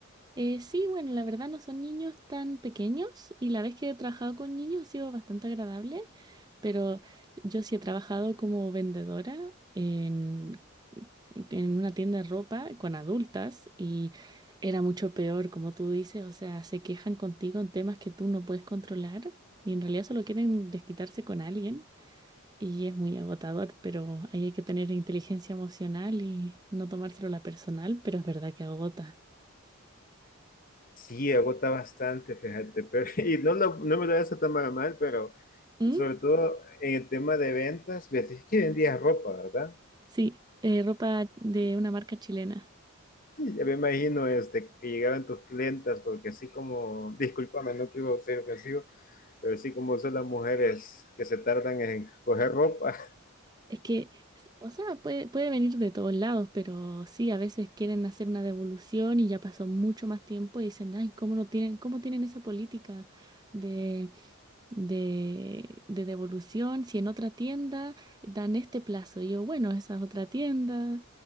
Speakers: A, on the right (about 20°); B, on the left (about 40°).
A: Eh, sí, bueno, la verdad no son niños tan pequeños y la vez que he trabajado con niños ha sido bastante agradable. pero yo sí he trabajado como vendedora en, en una tienda de ropa con adultas y era mucho peor, como tú dices, o sea, se quejan contigo en temas que tú no puedes controlar y en realidad solo quieren desquitarse con alguien y es muy agotador, pero ahí hay que tener inteligencia emocional y no tomárselo a la personal, pero es verdad que agota.
B: Sí, agota bastante, fíjate, pero <laughs> y no, lo, no me lo eso tan mal, pero
A: ¿Mm?
B: sobre todo en el tema de ventas, ves es que vendías ropa, ¿verdad?
A: Sí, eh, ropa de una marca chilena.
B: Ya me imagino este, que llegaran tus clientas, porque así como, discúlpame, no quiero ser ofensivo, pero así como son las mujeres que se tardan en coger ropa,
A: Es que, o sea, puede, puede venir de todos lados, pero sí, a veces quieren hacer una devolución y ya pasó mucho más tiempo y dicen, ay, ¿cómo no tienen, cómo tienen esa política de, de, de devolución si en otra tienda dan este plazo? Y yo, bueno, esa es otra tienda,